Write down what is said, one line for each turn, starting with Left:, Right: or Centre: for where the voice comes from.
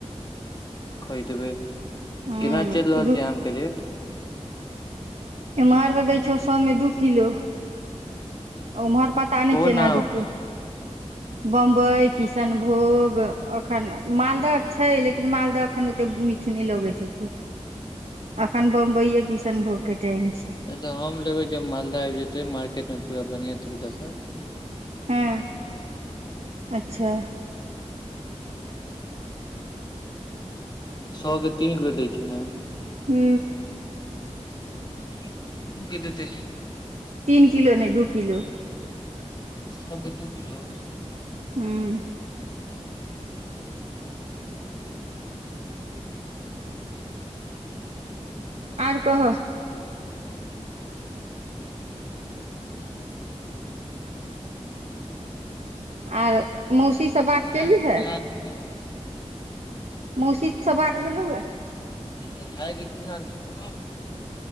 Left: खय देबै
Right: हूँ
Left: केना चेल रहल
Right: दू
Left: छै आमके रेट
Right: एम्हर तऽ दै छहो सएमे दू किलो उमहर पता नै
Left: कोन
Right: केना
Left: आम
Right: देतू बम्बई किशनभोग एखन मालदह छै लेकिन मालदह एखन ओते मीठ नै लगैत हेतै अखन बम्बई ये किशनभोग के टाइम छै
Left: नै त हम लेबै जब मालदह आबि जेतै मार्केट मे पूरा बनिआँ तरीकाँस
Right: हँ अच्छा
Left: सए के तीन किलो दै छै नै
Right: हू
Left: हू हू के देेतै
Right: तीन किलो नहि दू किलो
Left: छ के दू किलो
Right: हँ आओर कह आर मौसी से बात केली
Left: भाय के की
Right: है
Left: हाल छौ
Right: मौसी से बात भेलौए
Left: भायके की हाल छौ